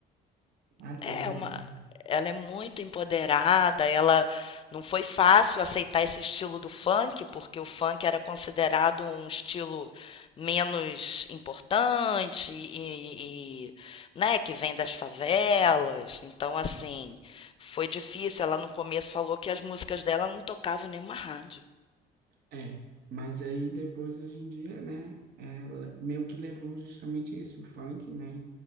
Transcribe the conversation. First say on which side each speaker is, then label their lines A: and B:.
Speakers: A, on the right; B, on the left.
A: adoro
B: É uma,
A: ela.
B: ela é muito empoderada, ela não foi fácil aceitar esse estilo do funk, porque o funk era considerado um estilo menos importante e, e, né, que vem das favelas. Então, assim, foi difícil. Ela no começo falou que as músicas dela não tocavam em nenhuma rádio.
A: É, mas aí depois, hoje em dia, né, ela meio que levou justamente isso, o funk, né,